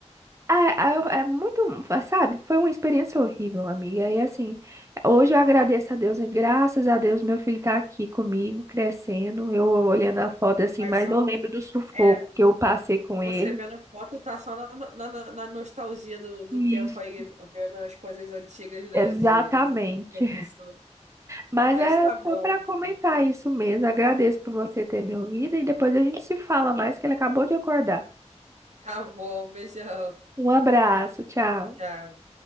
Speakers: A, on the right; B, on the right.
A: Ah, ah, eu- é muito, sabe? Foi uma experiência horrível, amiga. E assim, hoje eu agradeço a Deus, e graças a Deus meu filho tá aqui comigo, crescendo. Eu olhando a foto assim,
B: Mas
A: mas
B: são.
A: eu lembro do sufoco
B: é
A: que eu passei com
B: Você
A: ele.
B: vendo foto tá só na, na, na- na nostalgia do, do
A: Isso,
B: tempo aí, vendo as coisas antigas, né?
A: exatamente.
B: De, de tudo que passou.
A: Mas
B: Mas
A: é
B: tá bom,
A: só para comentar
B: amiga.
A: isso mesmo. Agradeço por você ter me ouvido e depois a gente se fala mais, que ele acabou de acordar.
B: tá bom, beijão.
A: Um abraço, tchau.
B: Tchau.